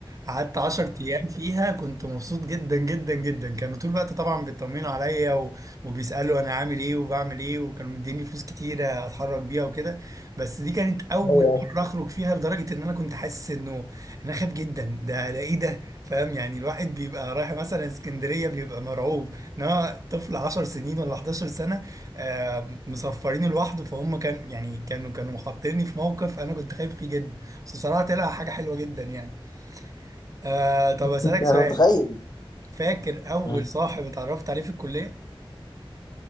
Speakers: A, on the right; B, on the left.
A: قعدت عشر ايام فيها كنت مبسوط جدا جدا جدا كانوا طول الوقت طبعا بيطمنوا عليا و... وبيسالوا انا عامل ايه وبعمل ايه وكانوا مديني فلوس كتيره اتحرك بيها وكده بس دي كانت اول
B: ايوه <laughs>
A: مره اخرج فيها لدرجه ان انا كنت حاسس انه إن انا خايف جدا ده ده ايه ده فاهم يعني الواحد بيبقى رايح مثلا اسكندريه بيبقى مرعوب انما طفل 10 سنين ولا 11 سنه آه مسفرين لوحده فهم كان يعني كانوا كانوا حاطيني في موقف انا كنت خايف فيه جدا بس بصراحة طلع حاجة حلوة جدا يعني آه طب أسألك
B: انا
A: سؤال
B: متخيل
A: فاكر أول
B: مم.
A: صاحب اتعرفت عليه في الكلية؟